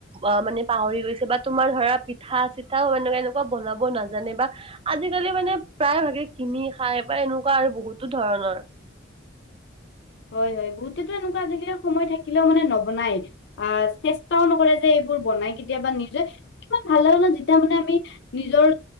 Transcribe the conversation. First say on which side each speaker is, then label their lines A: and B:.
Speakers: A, on the right; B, on the left.
A: অ মানে পাহৰি গৈছে বা তোমাৰ ধৰা পিঠা চিঠাও এনেকুৱা-এনেকুৱা বনাব নাজানে বা আজিকালি মানে প্ৰায় ভাগে কিনি খাই বা এনেকুৱা আৰু বহুতো ধৰণৰ।
B: হয় হয় বহুতেতো এনেকুৱা আজিকালি সময় থাকিলেও মানে নবনাই। আহ চেষ্টাও নকৰে যে এইবোৰ বনাই কেতিয়াবা নিজে কিমান ভাল ন যেতিয়া মানে আমি। নিজৰ